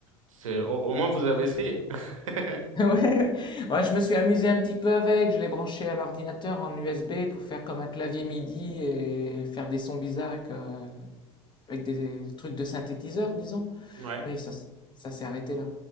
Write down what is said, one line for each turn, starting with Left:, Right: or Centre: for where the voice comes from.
Right: c'est au, au moins vous avez essayé. <laughs>
Left: Ouais. Ouais, je me suis amusé un petit peu avec, je l'ai branché à l'ordinateur en USB pour faire comme un clavier MIDI et faire des sons bizarres avec, euh, avec des trucs de synthétiseur, disons.
Right: Ouais.
Left: Mais ça, s- ça s'est arrêté là.